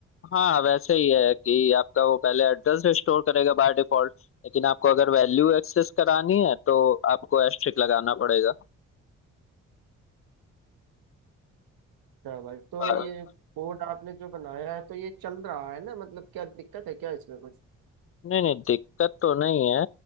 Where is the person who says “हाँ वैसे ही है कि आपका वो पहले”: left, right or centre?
Left